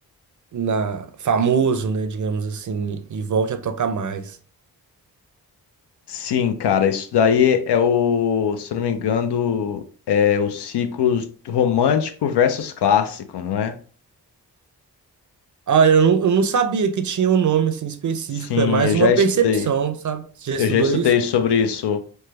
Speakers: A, on the right (about 45°); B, on the left (about 75°).
A: na famoso, né, digamos assim, e volte a tocar mais.
B: Sim, cara, isso daí é o, se eu não me engano, é o ciclo romântico versus clássico, não é?
A: Ah, eu não, eu não sabia que tinha um nome assim específico,
B: Sim,
A: é mais
B: eu já
A: uma
B: estudei.
A: percepção, sabe? Você já
B: Eu
A: estudou
B: já estudei
A: isso?
B: sobre isso.